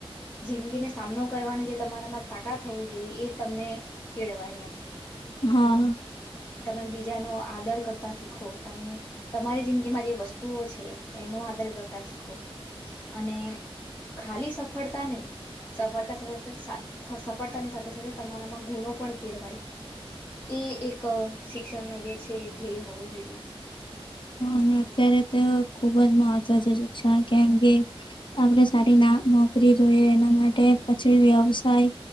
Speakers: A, on the left; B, on the left.
A: જિંદગીને સામનો કરવાની જે તમારામાં તાકાત હોવી જોઈએ એ તમને કેળવાય એમ
B: હા.
A: તમે બીજાનો આદર કરતા શીખો. તમે તમારી જિંદગીમાં જે વસ્તુઓ છે, એનો આદર કરતા શીખો અને ખાલી સફળતા નહી સફળતા સાથે સફળતાની સાથે સાથે તમારામાં ગુણો પણ કેળવાય એ એક શિક્ષણનો જે છે ધ્યેય હોવો જોઈએ.
B: હા અને અત્યારે તો ખુબ જ મહત્વ છે. શા કેે આપણે સારી ના નોકરી જોઈએ એના માટે પછી વ્યવસાય